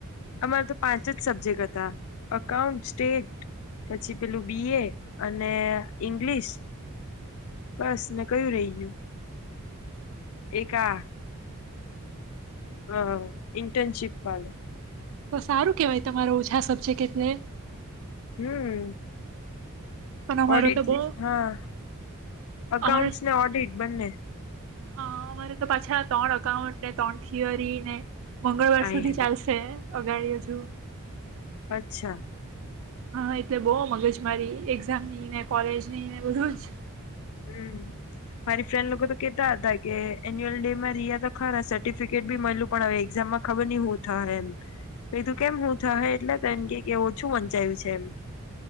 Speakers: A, on the left; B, on the right.
A: અમારા તો પાંચ જ સબ્જેક્ટ હતા અઉન્ટ સ્ટેટ પછી પેલું બી એ અને ઈંગ્લિશ બસ ને કયું રહીગ્યું એક આ હ હ ઇન્ટર્નશીપ વાળું.
B: તો સારું કેવાય તમારો ઓછા સબ્જેક્ટ એટલે
A: હમ્મ.
B: પણ અમારો
A: ઓડિટ
B: તો બહુ
A: હા અકાઉન્ટ્સ
B: અમારો
A: ને ઓડિટ બંને.
B: હા અમારે તો પાછા ત્રણ એકાઉન્ટ ને ત્રણ થિયરી ને મંગળવાર
A: આય
B: સુધી
A: હાય
B: ચાલશે. અગાડી હજુ
A: અચ્છા.
B: હા એટલે બો મગજ મારી એક્ઝામ નીને કોલેજ ની ને બધું જ.
A: હમ મારી ફ્રેન્ડ લોકો તો કેતા હતા કે એન્યુઅલ ડેમાં રિયા તો ખરા સર્ટિફિકેટ બી મળલું પણ એક્ઝામમાં ખબર નહ હું થહે મેં કીધું કેમ હું થહે એટલે એમ કે ઓ ઓછું વંચાયું છે એમ